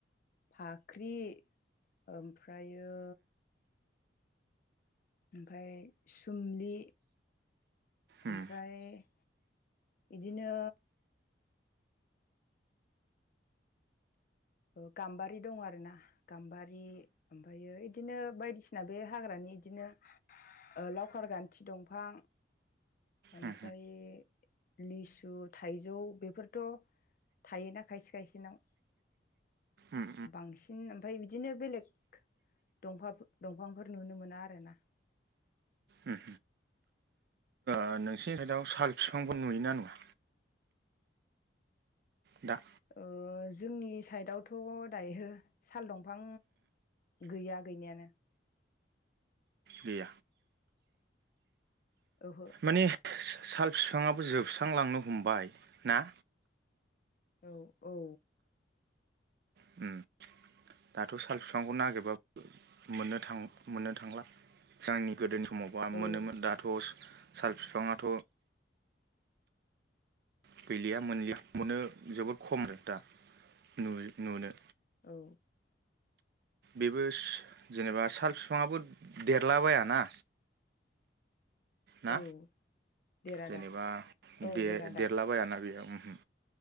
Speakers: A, on the left (about 50°); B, on the right (about 60°).
A: फाख्रि ओमफ्रायो ओमफ्राय सुमलि
B: उम
A: ओमफ्राय इदिनो ओ गाम्बारि दं आरोना गाम्बारि ओमफायो इदिनो बायदिसिना बे हाग्रानि इदिनो ओ लावखार गान्थि दंफां ओमफ्राय
B: उम
A: लिसु थाइजौ बेफोरथ' थायोना खायसे खायसेनाव।
B: उम
A: बांसिन ओमफाय बिदिनो बेलेग दंफां दंफांफोर नुनो मोना आरो ना।
B: उम ओ नोंसिनि सायेदायाव साल फिफांफोर नुयोना नुया? दा
A: ओ जोंनि सायेदआवथ' दायो साल दंफां गैया गैनायानो।
B: गैया
A: ओहो
B: माने साल फिफांआबो जोबस्रांलांनो हमबाय ना?
A: औ औ
B: उम दाथ' साल फिफांखौ नागिरबाब मोननो थां मोननो थांला जोंनि गोदोनि मौबा
A: औ
B: मोनोमोन दाथ'स साल बिफांआथ गैलिया मोनलिया मोननो जोबोद खम रेटआ नुयो नुनो
A: औ
B: बेबोस जेनेबा साल फिफाङाबो देरलाबायाना। ना
A: औ देर आदा
B: जेनेबा
A: औ
B: देर
A: आदा
B: देरलाबायाना बेयावम उम